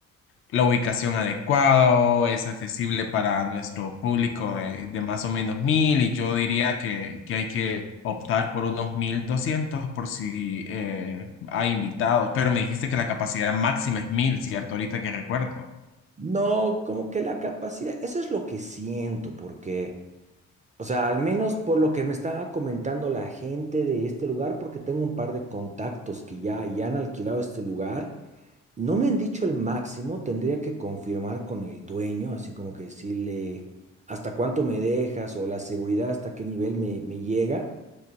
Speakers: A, on the left; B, on the right.
A: la ubicación adecuada o es accesible para nuestro público de, de más o menos mil y yo diría que, que hay que optar por unos 1200 por si eh, hay invitados, pero me dijiste que la capacidad máxima es mil, ¿cierto? Ahorita que recuerdo.
B: No, como que la capacidad, eso es lo que siento, porque, o sea, al menos por lo que me estaba comentando la gente de este lugar, porque tengo un par de contactos que ya, ya han alquilado este lugar, no me han dicho el máximo, tendría que confirmar con el dueño, así como que decirle hasta cuánto me dejas o la seguridad, hasta qué nivel me, me llega,